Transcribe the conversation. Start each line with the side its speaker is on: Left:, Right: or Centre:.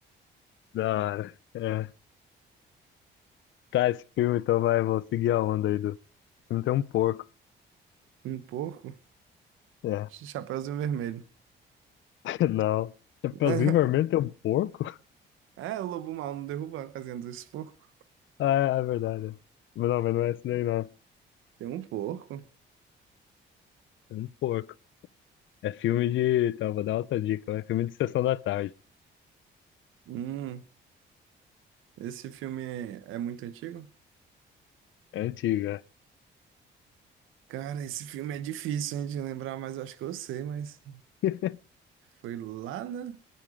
Left: Da hora. É. Tá, esse filme então vai, vou seguir a onda aí do. O filme tem um porco.
Right: Um porco?
Left: É,
Right: Chapeuzinho vermelho.
Left: <laughs> não. Chapeuzinho
Right: <laughs>
Left: Vermelho tem um porco? <laughs>
Right: É, o lobo mau não derruba a casinha dos porcos.
Left: Ah, é é verdade. Mas não, mas não é esse daí, não.
Right: Tem um porco.
Left: É um porco. É filme de. Tá, vou dar outra dica. É filme de Sessão da Tarde.
Right: Hum, esse filme é, é muito antigo?
Left: É antiga.
Right: Cara, esse filme é difícil, hein, de lembrar, mas eu acho que eu sei, mas
Left: <laughs>
Right: foi lá, né?